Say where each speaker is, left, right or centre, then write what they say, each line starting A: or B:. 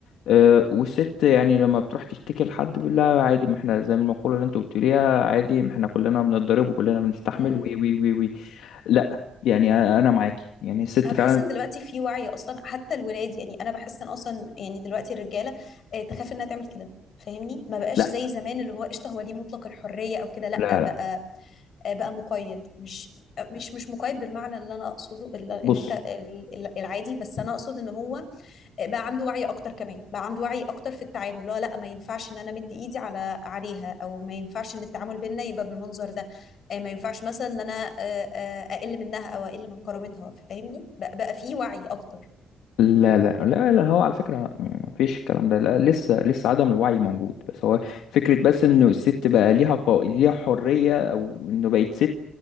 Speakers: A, on the left; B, on the left.
A: أه والست يعني لما بتروح تشتكي لحد بيقول لها عادي ما احنا زي المقوله اللي انتوا بتقوليها عادي ما احنا كلنا بنتضرب وكلنا بنستحمل
B: مم.
A: وي وي وي وي لا يعني انا أنا معاكي يعني الست
B: انا بحس
A: فعلا
B: ان دلوقتي في وعي اصلا حتى الولاد يعني انا بحس ان اصلا يعني دلوقتي الرجاله آه، تخاف انها تعمل كده فاهمني ما بقاش
A: لا
B: زي زمان اللي هو قشطه هو ليه مطلق الحريه او كده لا
A: لا
B: بقى
A: لا
B: آه، بقى مقيد مش آه، مش مش مقيد بالمعنى اللي انا اقصده اللي اللي
A: بص
B: انت ال- ال- العادي بس انا اقصد ان هو بقى عنده وعي اكتر كمان بقى عنده وعي اكتر في التعامل اللي هو لا ما ينفعش ان انا مدي ايدي على عليها او ما ينفعش ان التعامل بينا يبقى بالمنظر ده آه، ما ينفعش مثلا ان انا آه، آه، اقل منها او اقل من كرامتها فاهمني بقى, بقى في وعي اكتر
A: لا لا لا لا هو على فكرة يعني ما فيش الكلام ده لا لسه لسه عدم الوعي موجود بس هو فكرة بس انه الست بقى ليها قو... ليها حرية او انه بقت ست